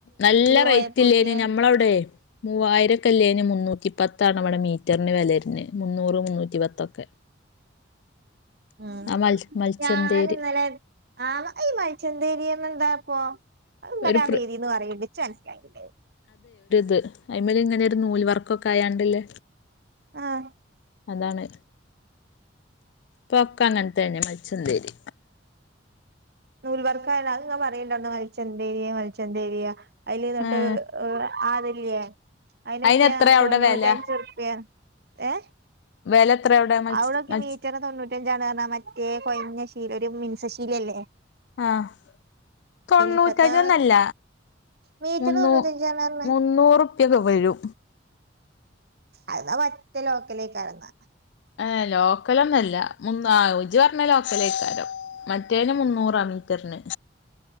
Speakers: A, on the left (about 65°); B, on the right (about 55°).
A: നല്ല
B: പോയപ്പോക്കിയ
A: റേറ്റ്ല്ലേന് ഞമ്മളവിടെ മൂവായിരക്കെ ഇല്ലേന് മ മുന്നൂറ്റി പത്ത ആാണ് അവിടെ മീറ്ററിന് വിലരുുന്ന മുന്നൂറ് മുന്നൂറ്റി പത്തൊക്കെ
B: ഉ
A: ആ മൽ മൽച്ചന്തേര്
B: ഞൻ ഇന്നലെ ആ ഈ മൈിച്ചന്തേരിന്ന എന്താ അപ്പ അത്ന്തന്നെ
A: ഒരു
B: ആ
A: പ്ര
B: വേദീന്ന് പററിയേണ്ടിച്ച് മനസ്സിലായില്ലേ
A: ത് അ്മല ഇങ്ങനെ ഒരു നൂൽ വർക്കൊക്കെ ആയാണ്ടല്ലേ
B: ആഹ്
A: അതാണ് പൊക്ക അങ്ങനെ തന്നെ മിച്ച തേരി
B: നൂൽവർക്കല്ല അത്ങ്ങ പറയണ്ടണ്ട് മലിച്ച എന്ത രിയ മലിച്ചെന്ത ഏരിയ അതില്ന്നോട്ട്്
A: ഏഹ്
B: അതല്ലേ അതിനതിനൊക്കെയാ
A: അയിന് എത്രയാ
B: തൊണ്ണൂറ്റഞ്ച്
A: അവിടെ വില
B: റുപ്യ ഏ
A: വെല എത്ര അവിടെ മത്സ
B: അവിടൊക്കെ
A: മത്സ
B: മീറ്ററി തൊണ്ണൂറ്റഞ്ചാണ്ഞ്ഞാ മറ്റേ കൊയഞ്ഞശ്ശീല ഒരു ശശീലല്ലേ
A: ആഹ തൊണ്ണൂറ്റഞ്ഞൊന്നല്ല
B: ഇപ്പത്തെ മീറ്റർ
A: മുന്നൂ
B: തൊണ്ണൂറ്റഞ്ചാണ് പറഞ്ഞ്
A: മുന്നൂറുപ്യക വരൂ
B: അത്താ മറ്റേ ലോക്കലേക്ക് ഇറന്ന
A: ഏ ലോക്കലൊന്നല്ല മന്ന് ആ ോചി പറഞ്ഞ ലോക്കലക്കാരോ മറ്റേന് മുന്നൂറാ മീറ്ററിന്